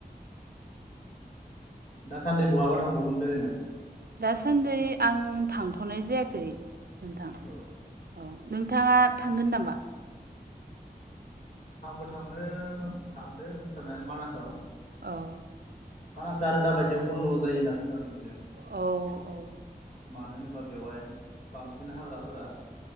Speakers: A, on the left; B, on the right.
A: दासान्दि बहाबा थांबावगोन बेरायनो?
B: दासान्दि आं थांथ'नाय जायाखै नोंथां।
A: अ।
B: औ नोंथाङा थांगोन नामा?
A: आंबो थांनो सानदों सानाया मानासाव।
B: औ।
A: मानासा आरो दाबादियाव बन्द' जायो होनना खोनानो मोनदों।
B: औ अ
A: मानो होनोबा बेवहाय बांसिन हाग्राफोरा